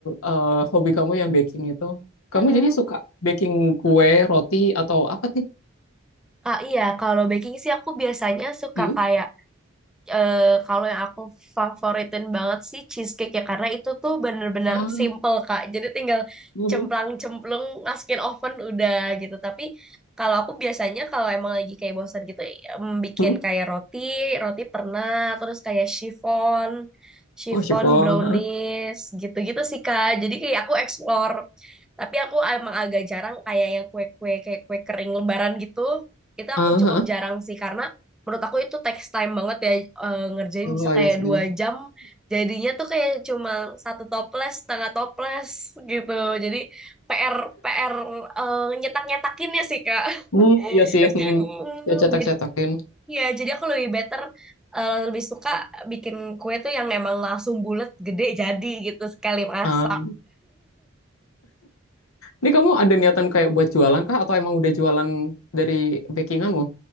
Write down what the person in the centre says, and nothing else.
Mm-mm.
Ah, iya, kalau baking sih aku biasanya suka
kayak eh, kalau yang aku favoritin banget sih cheesecake ya karena itu tuh bener-bener
simple Kak. Jadi tinggal
cemplang-cemplung masukin oven udah gitu. Tapi kalau aku biasanya kalau emang lagi kayak bosan gitu em, bikin
kayak roti, roti pernah, terus kayak chiffon, chiffon
brownies
gitu-gitu sih Kak. Jadi kayak aku explore. Tapi aku emang agak jarang kayak yang kue-kue kayak kue kering lebaran gitu. Itu aku
cukup
jarang sih karena menurut aku itu text time banget ya eh, ngerjain
bisa kayak
dua jam jadinya tuh kayak cuma satu toples setengah toples gitu jadi PR PR nyetak nyetakinnya sih Kak
Oh
iya
sih <laughs> aku Hmm,
jadi ya jadi aku lebih better eh, lebih suka bikin kue tuh yang emang langsung bulat gede jadi gitu sekali masak